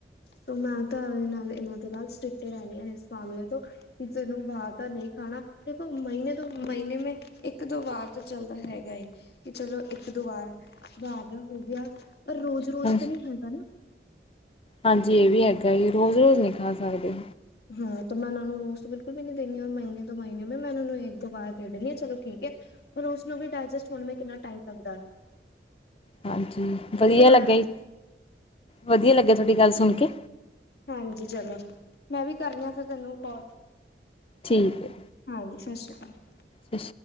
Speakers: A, on the left; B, on the left.
A: ਤੋਂ ਮੈਂ ਤਾਂ ਏਨਾਂ ਇਹਨਾ ਦੇ ਨਾਲ ਸਟ੍ਰਿਕਟ ਈ ਰੈਂਦੀ ਆ ਇਸ ਮਾਮਲੇ ਤੋਂ। ਕਿਸੇ ਨੂੰ ਬਾਹਰ ਦਾ ਨਈ ਖਾਣਾ, ਦੇਖੋ ਮਹੀਨੇ ਦੋ ਮਹੀਨੇ ਮੇ ਇੱਕ ਦੋ ਵਾਰ ਤਾਂ ਚੱਲਦਾ ਹੈਗਾ ਏ। ਕਿ ਚਲੋ ਇੱਕ ਦੋ ਵਾਰ ਬਾਹਰ ਦਾ ਹੋ ਗਿਆ ਪਰ ਰੋਜ਼-ਰੋਜ਼
B: ਹਾਂ
A: ਤਾਂ ਨੀ ਹੈਗਾ ਨਾ।
B: ਹਾਂਜੀ ਇਹ ਵੀ ਹੈਗਾ ਈ ਰੋਜ਼-ਰੋਜ਼ ਨੀ ਖਾ ਸਕਦੇ।
A: ਹਾਂ ਤੇ ਮੈਂ ਓਨਾਂ ਨੂੰ ਰੋਜ ਬਿਲਕੁਲ ਵੀ ਨੀ ਦੇਨੀ ਆ ਮਹੀਨੇ ਦੋ ਮਹੀਨੇ ਮੇ ਮੈਂ ਓਨਾ ਨੂੰ ਇੱਕ ਦੋ ਵਾਰ ਦੇ ਦਿੰਨੀ ਆ ਚਲੋ ਠੀਕ ਐ। ਫਿਰ ਉਸਨੂੰ ਵੀ ਡਾਇਜੈਸਟ ਹੋਣ ਲਈ ਕਿੰਨਾ ਟਾਈਮ ਲੱਗਦਾ।
B: ਹਾਂਜੀ, ਵਧੀਆ
A: ਦੇਖੋ
B: ਲੱਗਾ
A: ਮੈਂ
B: ਜੀ, ਵਧੀਆ ਲੱਗਿਆ, ਤੁਹਾਡੀ ਗੱਲ ਸੁਣ ਕੇ
A: ਹਾਂਜੀ ਚਲੋ, ਮੈਂ ਵੀ ਕਰਨੀ ਆ, ਫਿਰ ਤੈਨੂੰ ਕਾਲ।
B: ਠੀਕ ਐ।
A: ਹਾਂਜੀ, ਸਤਿ ਸ਼੍ਰੀ ਕਾਲ।
B: ਸ